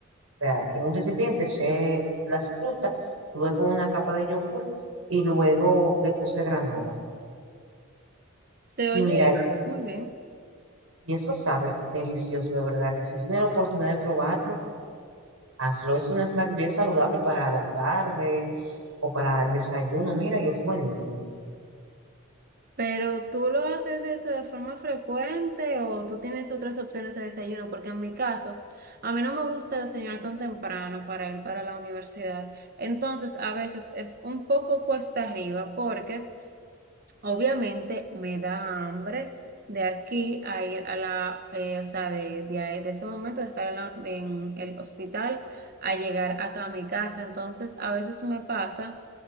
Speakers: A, on the right (about 80°); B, on the right (about 45°).
A: sea, en un recipiente eché las frutas, luego una capa de yogur y luego le puse granola.
B: Se
A: Y
B: oye
A: mira,
B: muy bien,
A: si eso sabe delicioso, de verdad, que si tienes la oportunidad de probarlo, hazlo. Es un snack bien saludable para la tarde o para el desayuno, mira, y es buenísimo.
B: pero ¿tú lo haces eso de forma frecuente o tú tienes otras opciones de desayuno? Porque en mi caso, a mí no me gusta desayunar tan temprano para ir para la universidad. Entonces, a veces es un poco cuesta arriba porque... Obviamente me da hambre de aquí a ir a la, eh, o sea, de, de, ahí- de ese momento de estar en, la- en el hospital a llegar acá a mi casa. Entonces, a veces me pasa